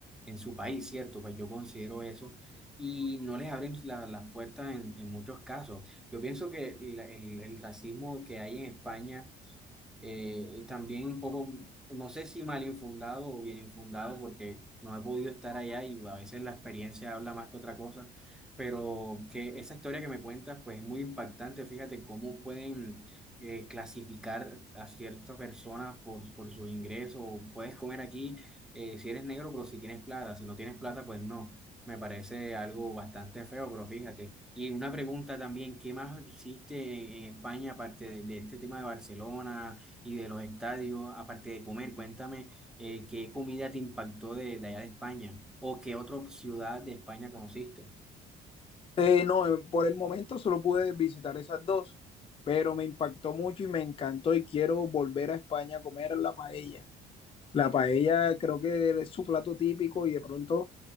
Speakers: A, in the centre; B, on the left.
A: en su país, ¿cierto? Pues yo considero eso y no les abren la- las puertas en, en muchos casos. Yo pienso que la- el, el racismo que hay en España eh, también un poco, no sé si mal infundado o bien infundado, porque no he podido estar allá y a veces la experiencia habla más que otra cosa, pero que esa historia que me cuentas pues es muy impactante, fíjate cómo pueden eh, clasificar a ciertas personas por, por sus ingresos, puedes comer aquí eh, si eres negro, pero si tienes plata, si no tienes plata, pues no. Me parece algo bastante feo, pero fíjate. Y una pregunta también, ¿qué más hiciste en, en España aparte de, de este tema de Barcelona y de los estadios, aparte de comer? Cuéntame, eh, ¿qué comida te impactó de, de allá de España? ¿O qué otra ciudad de España conociste?
B: Eh, no, eh, por el momento solo pude visitar esas dos, pero me impactó mucho y me encantó y quiero volver a España a comer la paella. La paella creo que es su plato típico y de pronto